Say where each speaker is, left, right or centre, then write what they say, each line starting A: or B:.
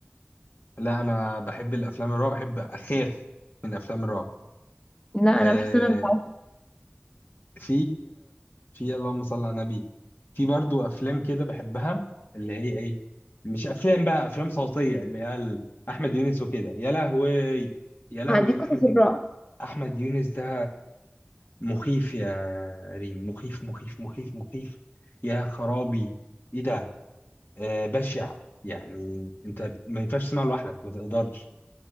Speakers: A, on the left; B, on the left.
A: لا انا بحب الافلام الرعب بحب اخاف من افلام الرعب
B: لا
A: آه،
B: انا بحس ان انا متعودة.
A: في في اللهم صل على النبي في برضو افلام كده بحبها اللي هي ايه مش افلام بقى افلام صوتيه اللي هي ال- احمد يونس وكده يا لهوي يا لهوي
B: عندي قصص
A: احمد
B: الرعب
A: ي- احمد يونس ده مخيف يا ريم مخيف مخيف مخيف مخيف يا خرابي ايه ده آه بشع يعني انت ما ينفعش تسمعه لوحدك ما تقدرش